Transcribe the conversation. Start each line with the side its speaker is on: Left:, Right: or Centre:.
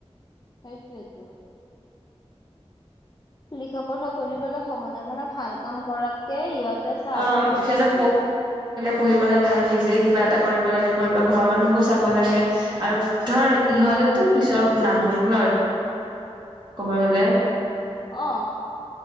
Left: সেইটোৱেতো লিখা পঢ়া কৰিবলৈ সমাজৰ কাৰণে ভাল কাম কৰাতকে সিহঁতে চাহ
Right: অ
Left: কৰি আছে
Right: সিহঁতে
Left: কি
Right: পঢ়ি পেলাই ভাল নিজে কিবা এটা কৰিব লাগে কৰিব পেলাই ঘৰৰ মানুহকো চাব লাগে আৰু ধৰ ইহত বিলাকেটো পিছৰ নাগৰিক ন কব গলে
Left: অ